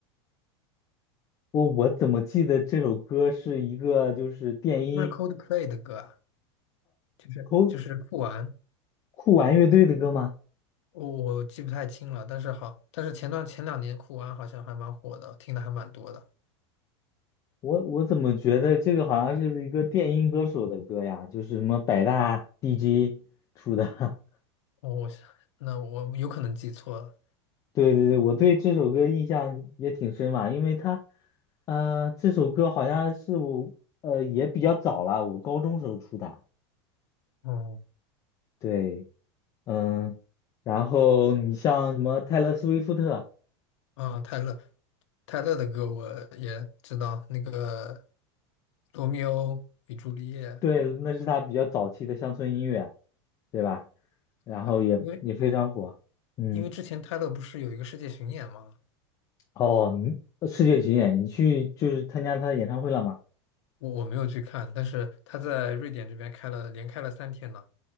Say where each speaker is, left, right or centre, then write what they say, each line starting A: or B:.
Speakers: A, on the left (about 20°); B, on the left (about 80°).
A: 我我怎么记得这首歌是一个就是电音
B: 不是 Coldplay 的歌啊，就是就是酷玩，
A: 酷酷玩乐队的歌吗？
B: 我我记不太清了，但是好，但是前段前两年酷玩好像还蛮火的，听的还蛮多的，
A: 我我怎么觉得这个好像是一个电音歌手的歌呀？就是什么百大 DJ 出的。<laughs>
B: 我我那我有可能记错了，
A: 对对对，我对这首歌印象也挺深嘛，因为它，呃，这首歌好像是我，呃，也比较早了，我高中时候出的。
B: 哦。
A: 对，嗯，然后你像什么泰勒·斯威夫特。
B: 啊，泰勒，泰勒的歌我也知道，那个《罗密欧与朱丽叶》。
A: 对，那是他比较早期的乡村音乐，对吧？然后也也非常火。
B: 对，因为
A: 嗯，
B: 因为之前泰勒不是有一个世界巡演嘛，
A: 哦，你呃世界巡演，你去就是参加他的演唱会了吗？
B: 我我没有去看，但是他在瑞典这边开了，连开了三天呢。